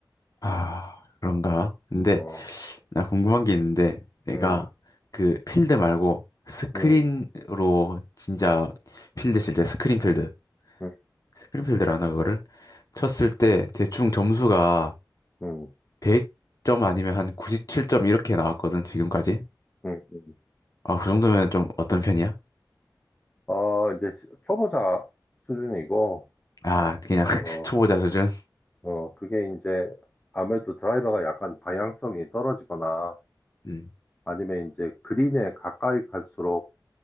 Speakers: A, on the left (about 55°); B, on the left (about 20°).
A: 아, 그런가? 근데
B: 어,
A: 나 궁금한 게 있는데 내가
B: 음,
A: 그 필드 말고 스크린으로
B: 음,
A: 진짜 필드 칠 때 스크린 필드,
B: 음,
A: 스크린 필드라나 그거를 쳤을 때 대충 점수가
B: 음,
A: 100점 아니면 한 97점 이렇게 나왔거든, 지금까지.
B: 음, 음. 음.
A: 아, 그 정도면 좀 어떤 편이야?
B: 어, 이제 시- 초보자 수준이고,
A: 아, 그냥 <laughs>
B: 어,
A: 초보자 수준?
B: 어, 그게 이제 아무래도 드라이버가 약간 방향성이 떨어지거나
A: 음,
B: 아니면 이제 그린에 가까이 갈수록